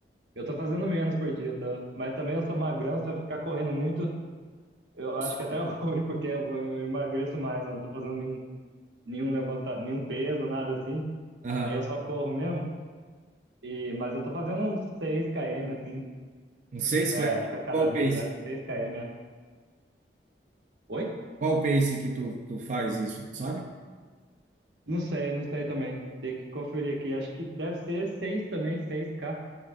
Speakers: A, on the right; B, on the right.
A: eu tô fazendo menos por dia, tá? Mas também eu sou magrão, se eu ficar correndo muito, eu acho
B: eu some?
A: que até é <laughs> ruim, porque eu eu emagreço mais, eu não tô fazendo nenhum nenhum levanta, nenhum peso, nada assim.
B: Aham.
A: Aí eu só corro mesmo. E, mas eu tô fazendo uns seis km assim,
B: Uns seis
A: é,
B: km,
A: ca- cada
B: qual
A: vez
B: o pace?
A: é seis km, é. Oi?
B: Qual o pace que tu, tu faz isso, sabe?
A: Não sei, não sei também. Tem que conferir aqui. Acho que deve ser seis também, 6 k